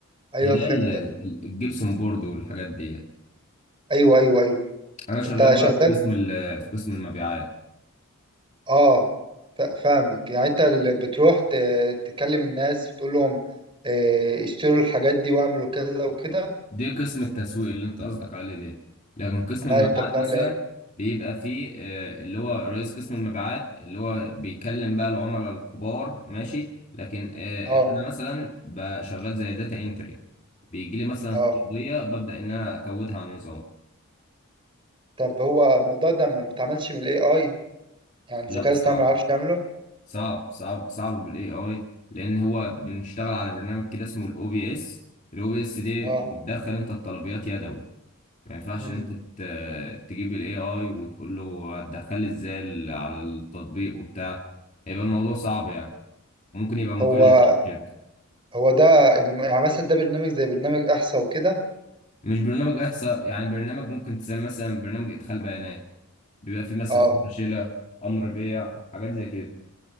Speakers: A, on the right; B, on the left.
A: ايوه
B: اللي
A: فهمتك
B: هي ال- الجبسون بورد والحاجات ديت،
A: ايوه ايوه ايوه
B: انا شغال
A: انت شغال
B: بقى في قسم ال- في قسم المبيعات.
A: اه ف- فاهمك يعني انت اللي بتروح ت- تكلم الناس وتقول لهم آه، اشتروا الحاجات دي واعملوا كذا وكده
B: دي قسم التسويق اللي انت قصدك عليه دي مم. لكن قسم
A: ما
B: المبيعات
A: انت بتعمل
B: مثلا
A: ايه
B: بيبقى فيه آه، اللي هو رئيس قسم المبيعات اللي هو بيكلم بقى العملاء الكبار ماشي لكن آه،
A: اه
B: انا مثلا بشغال زي داتا انتري بيجي لي مثلا
A: اه
B: التغطية ببدأ ان انا اكودها على النظام
A: طب هو الموضوع ده ما بيتعملش من الاي اي يعني الذكاء
B: لا صعب
A: الاصطناعي ما يعرفش يعمله
B: صعب صعب صعب بالاي اي لان هو بنشتغل على برنامج كده اسمه الاو بي اس الاو بي اس دي
A: اه
B: بتدخل انت الطلبيات يدوي ما ينفعش
A: امم
B: ان انت ت- تجيب الاي اي وتقول له هتدخل لي ازاي ال- على التطبيق وبتاع هيبقى الموضوع صعب يعني ممكن يبقى مكلف
A: هو
B: على الشركه
A: هو ده يعني مثلا ده برنامج زي برنامج احصى وكده
B: مش برنامج احصاء يعني برنامج ممكن تسمي مثلا برنامج ادخال بيانات بيبقى فيه مثلا
A: اه
B: امر شيله امر بيع حاجات زي كده